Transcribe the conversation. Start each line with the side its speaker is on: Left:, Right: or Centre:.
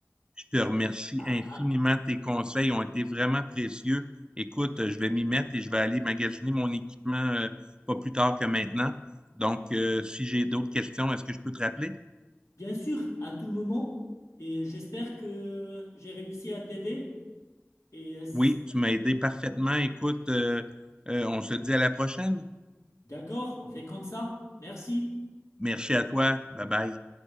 Right: Je te remercie
Left: Ah,
Right: infiniment. Tes conseils ont été vraiment précieux. Écoute, euh, je vais m'y mettre et je vais aller magasiner mon équipement euh, pas plus tard que maintenant. Donc, euh, si j'ai d'autres questions, est-ce que je peux te rappeler?
Left: Bien sûr, à tout moment, et j'espère que j'ai réussi à t'aider. Et euh, si,
Right: Oui, tu m'as aidé parfaitement. Écoute, euh, euh, on se dit à la prochaine.
Left: d'accord, on fait comme ça. Merci.
Right: Merci à toi. Bye bye.